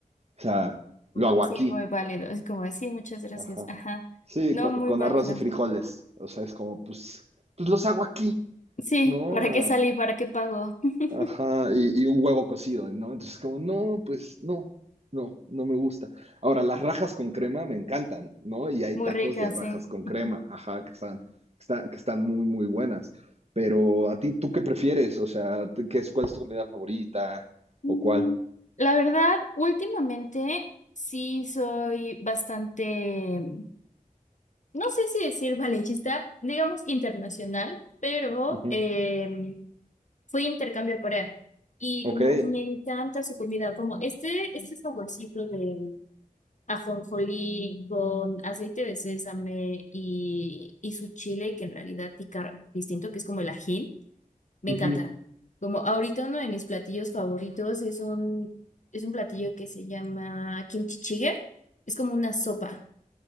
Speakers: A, on the right (about 45°); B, on the left (about 60°).
A: O sea,
B: mm,
A: lo hago
B: sí,
A: aquí.
B: muy válido. Es como de, sí, muchas gracias.
A: Ajá.
B: Ajá.
A: Sí,
B: No,
A: con,
B: muy
A: con
B: válido.
A: arroz y frijoles. O sea, es como, pues, pues los hago aquí,
B: Sí,
A: ¿no?
B: ¿para
A: Ah,
B: qué salí? ¿Para qué pago? <laughs>
A: Ajá, y, y un huevo cocido, ¿no? Entonces, como, no, pues no, no, no me gusta. Ahora, las rajas con crema me encantan, ¿no? Y hay
B: Muy
A: tacos
B: rica,
A: de rajas
B: sí.
A: con crema,
B: Ujú.
A: ajá, que están, está- que están muy, muy buenas. Pero a ti, ¿tú qué prefieres? O sea, ¿qué es, cuál es tu comida favorita?
B: Mm,
A: ¿O cuál?
B: La verdad, últimamente sí soy bastante. no sé si decir valencista, digamos internacional, pero
A: Ujú,
B: eh, fui a intercambio a Corea y
A: Ok.
B: como me encanta su comida, como este, este saborcito de ajonjolí con aceite de sésame y, y su chile que en realidad pica distinto, que es como el ají, me
A: ujú.
B: encanta. Como ahorita uno de mis platillos favoritos es un, es un platillo que se llama kimchi jjigae, es como una sopa.